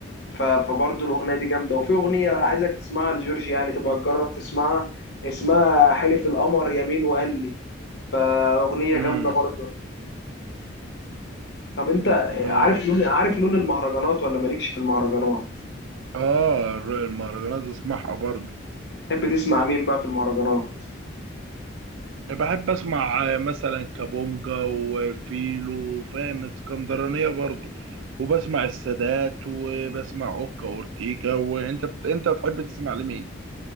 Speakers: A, on the left (about 55°); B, on the right (about 80°).
A: ف- فبرضه الاغنيه دي جامده وفي اغنيه عايزك تسمعها لجورج يعني تبقى تجرب تسمعها اسمها حلف القمر يمين وقال لي فاغنيه
B: امم
A: جامده برضه طب انت
B: اه
A: عارف لون عارف لون المهرجانات ولا مالكش في المهرجانات
B: اه المهرجانات اسمعها برضو
A: تحب تسمع مين بقى في المهرجانات
B: بحب اسمع آه، مثلا كابونجا وفيلو فاهم اسكندرانية برضو وبسمع السادات وبسمع اوكا اورتيجا وانت بت... انت تحب تسمع لمين